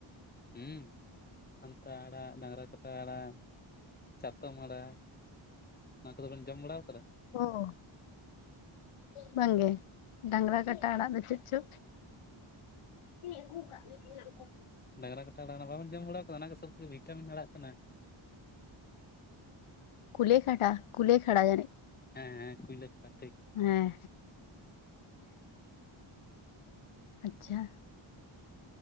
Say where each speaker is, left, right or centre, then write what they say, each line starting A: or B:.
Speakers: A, on the left (about 20°); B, on the left (about 85°).
A: ᱦᱮᱸ ᱠᱷᱟᱱᱛᱟ ᱟᱲᱟᱜ ᱰᱟᱝᱨᱟ ᱠᱟᱴᱟ ᱟᱲᱟᱜ। ᱪᱟᱛᱚᱢ ᱟᱲᱟᱜ᱾ ᱚᱱᱟ ᱠᱚᱫᱚ ᱵᱮᱱ ᱡᱚᱢ ᱵᱟᱲᱟᱣ ᱠᱟᱫᱟ?
B: ᱦᱚᱸ ᱵᱟᱝᱜᱮ᱾ ᱰᱟᱝᱨᱟ ᱠᱟᱴᱟ ᱟᱲᱟᱜ ᱫᱚ ᱪᱮᱫ ᱪᱚ? ᱦᱮᱸ ᱟᱹᱜᱩ ᱠᱟᱜ ᱜᱮ ᱞᱮᱠᱟ <unintelligible> ᱩᱱᱠᱩ
A: ᱰᱟᱝᱨᱟ ᱠᱟᱴᱟ ᱟᱲᱟᱜ ᱵᱟᱵᱮᱱ ᱡᱚᱢ ᱵᱟᱲᱟ ᱟᱠᱟᱫᱟ ᱚᱱᱟ ᱜᱮ ᱥᱚᱵᱛᱷᱮᱠᱮ ᱵᱷᱤᱴᱟᱢᱤᱱ ᱟᱲᱟᱜ ᱠᱟᱱᱟ।
B: ᱠᱩᱞᱮ ᱠᱷᱟᱴᱟ ᱠᱩᱞᱮ ᱠᱷᱟᱲᱟ ᱡᱟᱹᱱᱤᱡ?
A: ᱦᱮᱸ ᱦᱮᱸ ᱠᱩᱭᱞᱟ ᱠᱷᱟᱲᱟ ᱡᱷᱤᱠ।
B: ᱦᱮᱸ ᱟᱪᱪᱷᱟ